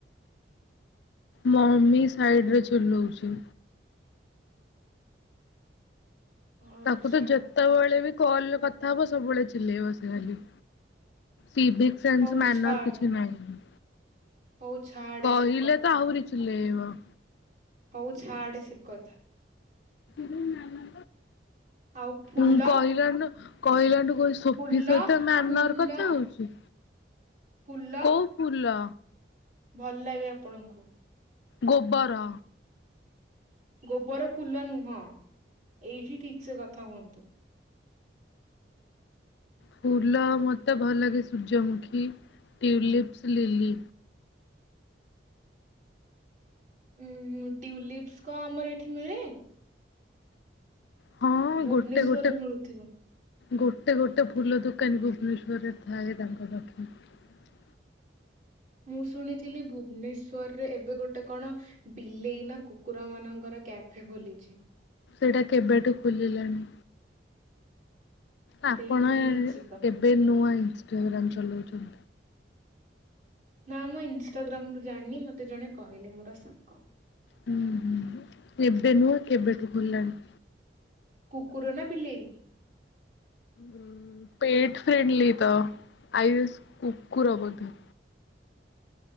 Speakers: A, on the left; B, on the right.
A: ମମି ସାଇଡ ରେ ଚୁଲଉଛି
B: ଆଚ୍ଛା
A: ତାକୁ ତ ଯେତେବେଳେ ବି କଲ କଥା ହବ ସବୁବେଳେ ଚିଲେଇବ ସେ ଖାଲି ସିିକ ସେନ୍ସ
B: ହଉ
A: ମାନର
B: ଛାଡ
A: କିଛି ନହିଁ
B: ହଉ ଛାଡେ
A: କହିଲେ
B: ସେ
A: ତ ଆହୁରି ଲେଇବ
B: ହଉଚଛ ଆଡେ ଶକତ
A: ତ ନାମ
B: ଆଉ ଫୁଲ
A: ଁ କହିଲଣ୍ଡ କହିଲାଣିୁ ସୋଫି
B: ଫୁଲ
A: ସହିତ ମ୍ୟ
B: ଫୁଲ
A: ନର କଥା ହଉଛି
B: ଫୁଲ
A: କୋଉ ଫୁଲ?
B: ଭଲ ଲାଗେ ଆପଣଙ୍କୁ।
A: ଗୋ୍ବର।
B: ଗୋବର ଫୁଲ ନୁହଁ ଏଇଠି ଠିକ ସେ କଥା ହୁଅନ୍ତୁ।
A: ଫୁଲ ମତେ ଭଲ ଲାଗେ ସୂର୍ଯ୍ୟମୁଖୀ ଟ୍ୟୁଲିପ୍ପସ୍ ଲିଲି।
B: ଉ ଟ୍ୟୁଲିପ୍ପସ୍ କ ଆମର ଏଇଠି ମିଳେ?
A: ହଁ
B: ଭୁବନେଶ୍ଵରରେ
A: ଗୋଟେ ଗୋଟେ
B: ମିଳୁଥିବ।
A: ଗୋଟେ ଗୋଟେ ଫୁଲ ଦୋକାନୀ ଭୁବନେଶ୍ଵରରେ ଥାଏ ତାଙ୍କ ଦକ୍ଷିଣ
B: ମୁଁ ଶୁଣିଥିଲି ଭୁବନେଶ୍ଵରରେ ଏବେ ଗୋଟେ କଣ? ବିଲେଇ ନା କୁକୁର ମାନଙ୍କର କ୍ୟାଫେ ଖୋଲିଛି।
A: ଏଇଟା କେବେଠୁ ଖୋଲିଲାଣି। ଆପଣ
B: ସେଇଠି ଯିବା
A: ଏବେ ନୂଆ ହେଇଛି। <unintelligible> ଚଲାଉଛନ୍ତି
B: ନା ମୁଁ ଇନଷ୍ଟାଗ୍ରାମ ରୁ ଜାଣିନି ମତେ ଜଣେ କହିଲେ ମୋର ସାଙ୍ଗ।
A: ହୁଁ ହୁଁ ଏବେ ନୁହଁ କେବେଠୁ ଖୋଲିଲାଣି।
B: କୁକୁର ନା ବିଲେଇ?
A: ଉ ପେଟ ଫ୍ରେଣ୍ଡଲି ତ ଆଇ ଉଇସ କୁକୁର ବୋଧେ।